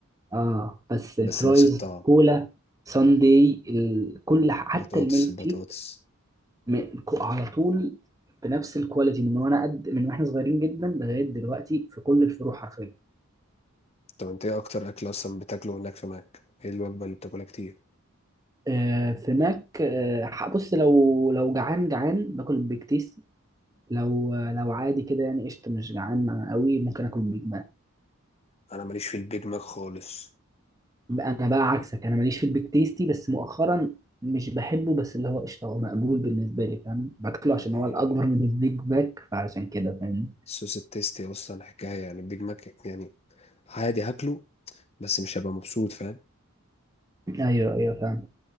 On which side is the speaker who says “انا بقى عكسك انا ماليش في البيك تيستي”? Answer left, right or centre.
Right